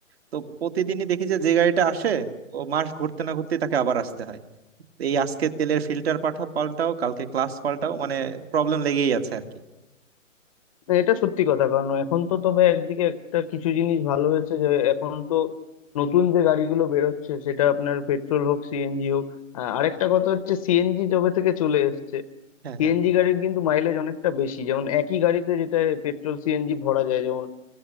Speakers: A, on the right (about 50°); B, on the left (about 25°).
A: তো প্রতিদিনই দেখি যে যে গাড়িটা আসে ও মাস ঘুরতে না ঘুরতে তাকে আবার আসতে হয় এই আজকে তেলের ফিল্টার পাঠা পাল্টাও কালকে ক্লাস পাল্টাও মানে প্রবলেম লেগেই আছে আর কি
B: না, এটা সত্যি কথা কারণ এখন তো তবে একদিকে একটা কিছু জিনিস ভালো হয়েছে যে এখন তো নতুন যে গাড়িগুলো বেরোচ্ছে সেটা আপনার পেট্রোল হোক সিএনজি হোক আহ, আরেকটা কথা হচ্ছে সিএনজি জবে থেকে চলে এসছে
A: হ্যাঁ
B: সিএনজি
A: হ্যাঁ
B: গাড়ির কিন্তু মাইলেজ অনেকটা বেশি যেমন একই গাড়িতে যেটা পেট্রোল সিএনজি ভরা যায় যেমন